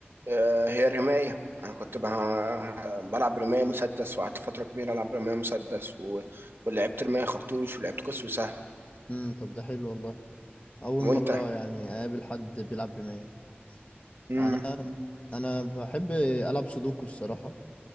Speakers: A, on the right (about 65°); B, on the left (about 30°).
A: آه، هي الرمايه انا كنت بها- بلعب رمايه مسدس وقعدت فتره كبيره العب رمايه مسدس و... ولعبت رمايه خرطوش ولعبت قوس وسهم
B: امم طب ده حلو والله اول
A: وانت
B: مره يعني اقابل حد بيلعب رمايه
A: امم
B: انا انا بحب العب سودوكو الصراحه